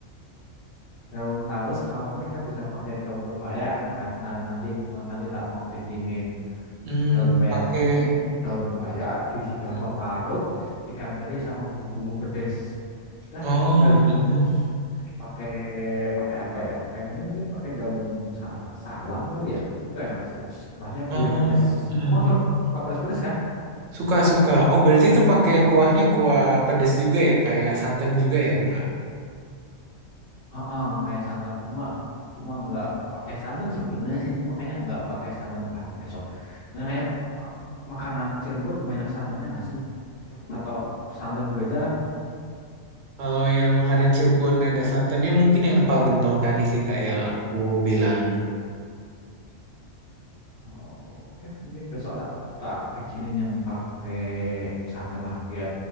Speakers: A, on the left (about 55°); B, on the right (about 75°).
A: daun talus. Kalau nggak kita bisa pakai daun pepaya. Nah, kan- nan- nanti nanti tak mau bikinin
B: mm,
A: daun pepaya
B: pakai.
A: rebus ini daun pepaya diisi kelapa
B: mm.
A: parut ikan teri sama bumbu-bumbu pedes dah
B: Oh,
A: itu tinggal dibungkus
B: mm,
A: pakai pakai apa ya pakai nanti mungkin pakai daun sa- salam kali ya itu enak serius rasanya
B: oh,
A: gurih pedes
B: mm.
A: abang suka suka pedes pedes kan
B: Suka, suka. Oh, berarti itu pakai kuahnya kuah pedas juga ya, kayak santan juga ya, Kak.
A: Heeh, kayak santan cuma cuma nggak pakai santan sebenarnya sih cuma kayaknya nggak pakai santan lah besok karena kayaknya uh, makanan Cirebon banyak santannya nggak sih atau santan juga jarang
B: Kalau yang makanan Cirebon ada santannya mungkin yang empal gentong tadi sih, Kak, yang aku bilang.
A: Oh, Oke, mungkin besok tak tak bikinin yang pakai santan lah biar